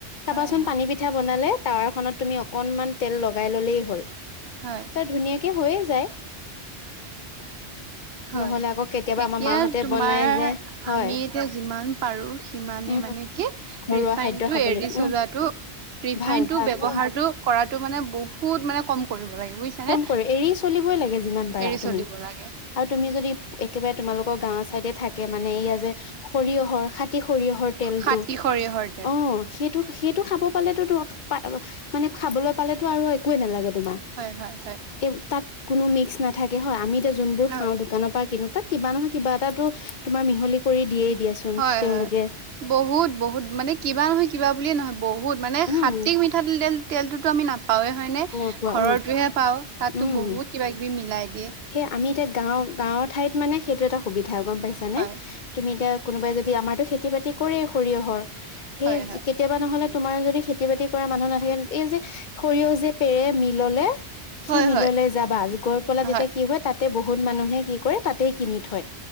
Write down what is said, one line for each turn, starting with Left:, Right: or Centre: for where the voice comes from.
Left: চাবাচোন
Right: হয় হয়
Left: পানী পিঠা বনালে টাৱাৰখনত তুমি অকনমান তেল লগাই ললেই হ'ল।
Right: হয়।
Left: ত ধুনীয়াকে হৈয়ে যায়।
Right: হয়,
Left: নহলে আকৌ কেতিয়াবা
Right: এতিয়া
Left: আমাৰ মাহঁতে
Right: তোমাৰ
Left: বনাই যে হয়
Right: আমি এতিয়া যিমান পাৰো সিমানে
Left: উম
Right: মানে কি
Left: ঘৰুৱা
Right: ৰিফাইনটো
Left: খাদ্য খাব
Right: এৰি
Left: লাগিব উম
Right: চলাটো ৰিফাইনটো
Left: ভাল ভাল
Right: ব্যৱহাৰটো
Left: উম
Right: কৰাটো মানে বহুত মানে কম কৰিব লাগে বুজিছানে
Left: কম কৰি এৰি চলিবই লাগে যিমান পাৰা
Right: এৰি
Left: তুমি
Right: চলিব লাগে
Left: আৰু তুমি যদি একেবাৰে তোমালোকৰ গাঁৱৰ চাইডে থাকে মানে এইয়া যে সৰিয়হৰ সাতি সৰিয়হৰ তেলটো
Right: খাটি সৰিয়হৰ তেল
Left: অ' সেই টো সেইটো খাব পালো মানে খাবলৈ পালেতো আৰু একোৱেই নালাগে তোমাৰ।
Right: হয়, হয়।
Left: এই তাত কোনো মিক্স নাথাকে হয় আমি এতিয়া যোনবোৰ
Right: হয়
Left: খাওঁ দোকানৰ পৰা কিনো তাত কিবা নহয় কিবা এটা তোমাৰ মিহলি কৰি দিয়েই। দিয়াচোন
Right: হয়,
Left: তেওঁলোকে
Right: হয় বহুত বহুত মানে কিবা নহয় কিবা বুলিয়ে নহয় বহুত মানে
Left: উম
Right: খাতিক মিঠা তেল তেলটোতো আমি নাপা পাঁওে হয় নে
Left: এনেকুৱা
Right: ঘৰৰতো
Left: অ
Right: হে পাওঁ তাতো
Left: উম
Right: বহুত কিবা কিবি মিলাই দি
Left: সেই আমি এতিয়া গাঁও গাঁৱৰ ঠাইত মানে সেইটো এটা সুবিধা গম পাইছা নে
Right: হয়
Left: তুমি এতিয়া কোনোবাই যদি আমাৰতো খেতি বাতি কৰে সৰিয়হৰ! সেই
Right: হয় হয়
Left: কেতিয়াবা নহ'লে তোমাৰ যদি খেতি বাতি কৰা মানুহ নাথাকে এই যে সৰিয়হ যে পেৰে মিললে সেই
Right: হয়
Left: মিললৈ
Right: হয়
Left: যাবা গৈ পেলাই
Right: হয়
Left: তেতিয়া কি হয় তাতে বহুত মানুহে কি কৰে তাতেই কিনি থয়।